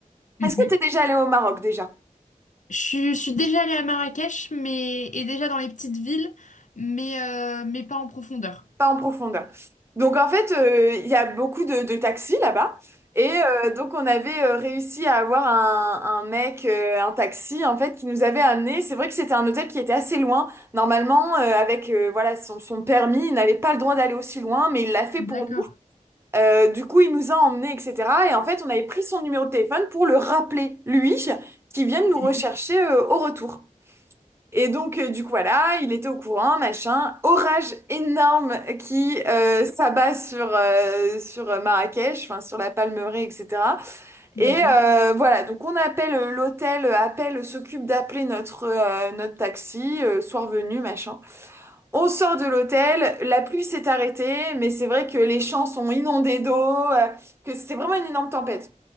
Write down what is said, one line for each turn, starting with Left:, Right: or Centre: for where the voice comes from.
Left: Mhm.
Right: Est-ce que tu es déjà allé au Maroc déjà?
Left: Je, suis je suis déjà allée à Marrakech mais, et déjà dans les petites villes, mais, euh, mais pas en profondeur.
Right: pas en profondeur. Donc en fait, euh, il y a beaucoup de, de taxis là-bas. Et euh, donc on avait euh, réussi à avoir un, un mec, euh, un taxi en fait, qui nous avait amené. C'est vrai que c'était un hôtel qui était assez loin. Normalement, euh, avec euh, voilà son, son permis, il n'avait pas le droit d'aller aussi loin, mais il l'a fait
Left: D'accord.
Right: pour nous. Euh, du coup, il nous a emmenés, etc. Et en fait, on avait pris son numéro de téléphone pour le rappeler, lui, qui vienne nous
Left: Mhm.
Right: rechercher euh, au retour. Et donc, euh, du coup, voilà, il était au courant, machin. Orage énorme qui euh, s'abat sur, euh, sur Marrakech, enfin, sur la Palmeraie, etc.
Left: D'accord.
Right: Et euh, voilà, donc on appelle euh, l'hôtel, euh, appelle, euh, s'occupe d'appeler notre, euh, notre taxi, euh, soir venu, machin. On sort de l'hôtel, la pluie s'est arrêtée, mais c'est vrai que les champs sont inondés d'eau, euh, que c'était vraiment une énorme tempête.